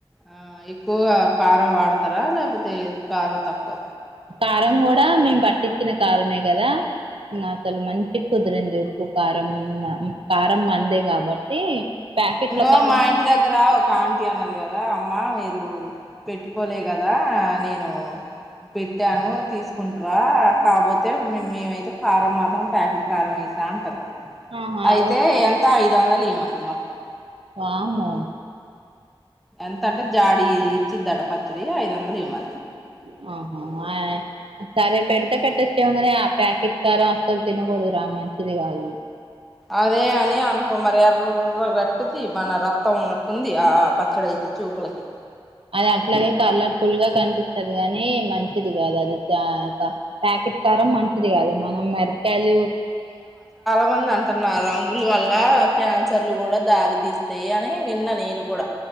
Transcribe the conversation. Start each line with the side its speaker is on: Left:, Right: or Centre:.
Centre: ఆ ఎక్కువగా కారం వాడతారా లపోతే కారం తక్కువ
Right: కారం కూడా మేము పట్టించిన కారమే కదా ఇ అసలు మంచి కుదిరింది ఉప్పు కారం కారం మందె కాబట్టి ప్యాకెట్ల
Centre: ఇగో
Right: కారం
Centre: మా ఇంటి దగ్గర ఒక ఆంటి అన్నది కదా అమ్మ మీరు పెట్టుకోలే కదా నేను పెట్టాను తీసుకుంటావా కాపోతే మేమైతే కారం మాత్ర ప్యాకట్ కారం వేసా అంటంది
Right: ఆహా
Centre: అయితే
Right: వద్దు
Centre: ఎంత ఐదు వందలు ఇయమంది మొత్తం
Right: వామ్మో
Centre: ఎంతంటే జాడి ఇచ్చిదట పచ్చడి ఐదు వందలు ఇవ్వమంది
Right: <unintelligible> ఆహా ఆ సరే పెడతే పెట్టచ్చేమో గాని ఆ ప్యాకెట్ కారం అసలు తినకూడదురా మంచిది గాదు
Centre: అదే అని అనుకో మరి ఎర్ర గట్టుది మన రక్తం ఉన్నట్టుంది ఆ పచ్చడి అయి చూపలకి
Right: అది అట్లాగే కలర్ ఫుల్ గా కనిపిస్తది గాని మంచిది కాదు అది పాకెట్ కారం మంచిది కాదు మనం మెరకాయలు
Centre: కొంతమంది అంటున్నారు రంగులు వల్ల క్యాన్సర్లు కూడా దారి తీస్తాయి అని విన్నా నేను కూడా